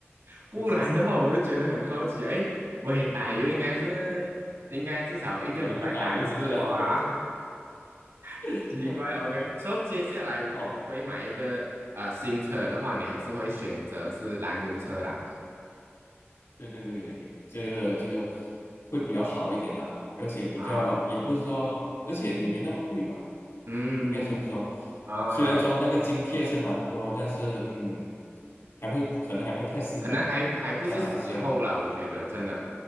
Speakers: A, on the left; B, on the right.
A: <laughs>
B: 不然的话，
A: 是是是，
B: 我就觉得很好奇啊，哎，喂，打油应该是应该至少一个礼拜打一次吧？
A: 不可能不打油的是吧？
B: <laughs> 这奇怪，OK。
A: <laughs>
B: 所以接下来如果你会买一个呃新车的话，
A: 哦
B: 你还是会选择是燃油车啦。
A: 对对对，这个这个会比较好一点的啊而且比较也不是说，
B: 啊。
A: 而且也没那么贵吧，
B: 嗯
A: 应该说是说，
B: 啊，
A: 虽然说那个津贴是蛮多，但是嗯，还不可能还不太适合了，
B: 可能还还不是时候啦，
A: 在马来西亚。
B: 我觉得真的，